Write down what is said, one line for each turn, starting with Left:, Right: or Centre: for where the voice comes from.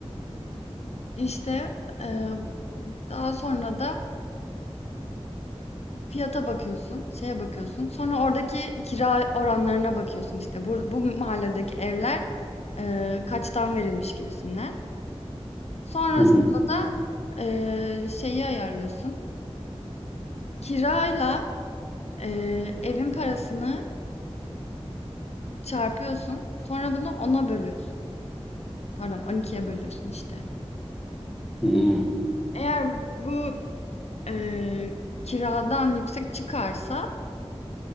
Left: İşte, emm, daha sonra da fiyata bakıyorsun, şeye bakıyorsun. Sonra oradaki kira oranlarına bakıyorsun, işte, bur bu mahalledeki evler, eee, kaçtan verilmiş gibisinden. Sonrasında
Centre: Hı hı.
Left: da, eee, şeyi ayarlıyorsun. Kirayla, eee, evin parasını çarpıyorsun. Sonra bunu ona bölüyorsun. Pardon, 12'ye bölüyorsun, işte.
Centre: Hmm.
Left: Eğer bu, eee, kiradan yüksek çıkarsa